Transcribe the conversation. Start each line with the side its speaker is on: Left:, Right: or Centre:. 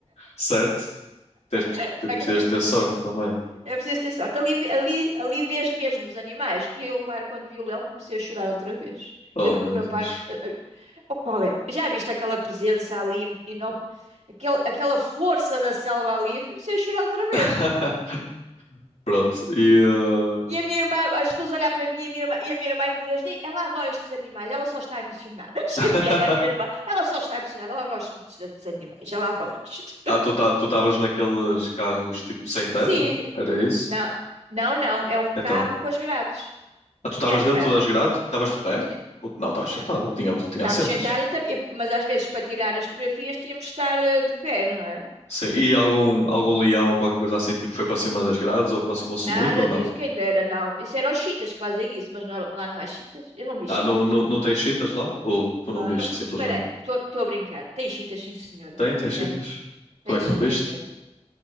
Left: certo. Tens,
Right: <laughs>
Left: te- precisas ter sorte também.
Right: É preciso ter sorte. Ali, vi- ali, ali vês mesmo os animais. E eu, claro, quando vi o leão, comecei a chorar outra vez.
Left: Oh
Right: Eu nunca
Left: meu
Right: grapar.
Left: Deus.
Right: O qual é? Já viste aquela presença ali, e não, aquele, aquela força da selva ali? Eu comecei a chorar outra vez.
Left: <laughs> Pronto, e uh,
Right: E a minha irmã, as pessoas olhar para mim e a minha irmã, e a minha irmã em inglês, diz, ela adora estes animais, ela só está emocionada. <laughs> Achei
Left: <laughs>
Right: piada a minha irmã, ela só está emocionada, ela gosta muito destes animais, ela adora isto.
Left: Ah, tu tá, tu estavas naqueles carros tipo sem teto?
Right: Sim,
Left: Era isso?
Right: não, não, não, é um carro
Left: Então.
Right: com as grades.
Left: Ah, tu
Right: Tinha
Left: estavas
Right: as grades.
Left: dentro das grades? Estavas de pé?
Right: Sim,
Left: Ou- Não, estavas
Right: Não.
Left: sentado, tinha, tinha
Right: Estávamos
Left: assentos.
Right: sentados, e, tam- e- mas às vezes para tirar as fotografias tínhamos de estar eh, de pé, não é?
Left: Sim. E algum, algum leão ou qualquer coisa assim tipo foi para cima das grades ou aproximou-se
Right: Nada
Left: muito ou não?
Right: disso, quem dera, não. Isso eram os chitas que fazem isso, mas não- lá não há chitas. Eu não vi
Left: Ah,
Right: chitas
Left: não, não,
Right: lá.
Left: não tens cheetahs lá? Ou tu
Right: Lá
Left: não viste
Right: não.
Left: simplesmente?
Right: Espera aí, estou, a- estou a brincar. Tem chitas, sim, senhora.
Left: Tem, tem cheetahs.
Right: Tem. Tem
Left: Tu é
Right: Cheetas,
Left: que não viste?
Right: tem.